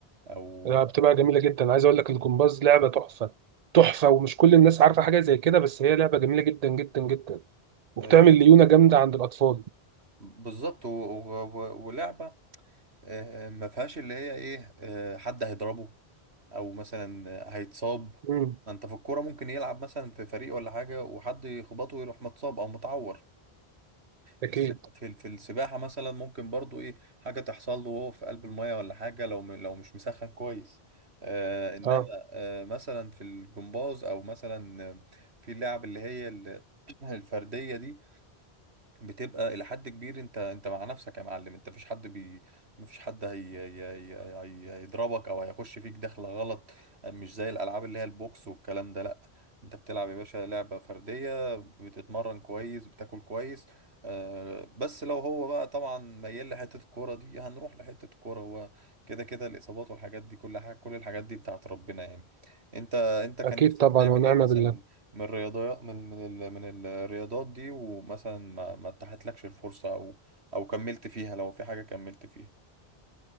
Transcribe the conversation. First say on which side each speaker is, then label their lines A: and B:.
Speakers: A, on the right; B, on the right.
A: او
B: لا، بتبقى جميلة جدا عايز أقول لك الجمباز لعبة تحفة تحفة ومش كل الناس عارفة حاجة زي كده بس هي لعبة جميلة جدا جدا جدا وبتعمل
A: آه،
B: ليونة جامدة عند الأطفال
A: بالظبط و- و- و- ولعبة آه، ما فيهاش اللي هي ايه آه، حد هيضربه او مثلا هيتصاب
B: مم.
A: ما انت في الكوره ممكن يلعب مثلا في فريق ولا حاجه وحد يخبطه ويروح متصاب او متعور
B: أكيد
A: في الس... في ال- في السباحه مثلا ممكن برضو ايه حاجه تحصل له وهو في قلب الميه ولا حاجه لو م... لو مش مسخن كويس آه انما
B: أه
A: آه مثلا في الجمباز او مثلا آه، في اللعب اللي هي ال- <clears throat> الفرديه دي بتبقى الى حد كبير انت انت مع نفسك يا معلم انت مفيش حد بي مفيش حد هي... هي... هي... هي... هيضربك او هيخش فيك دخله غلط مش زي الالعاب اللي هي البوكس والكلام ده لا انت بتلعب يا باشا لعبه فرديه بتتمرن كويس بتاكل كويس آه بس لو هو بقى طبعا ميال لحته الكوره دي هنروح لحته الكوره هو كده كده الاصابات والحاجات دي كل حاجه كل الحاجات دي بتاعت ربنا يعني انت انت كان
B: أكيد
A: نفسك
B: طبعا
A: تعمل
B: ونعم
A: ايه مثلا
B: بالله
A: من الرياضيات من من ال... من الرياضات دي ومثلا ما ما اتاحتلكش الفرصة او او كملت فيها لو في حاجة كملت فيها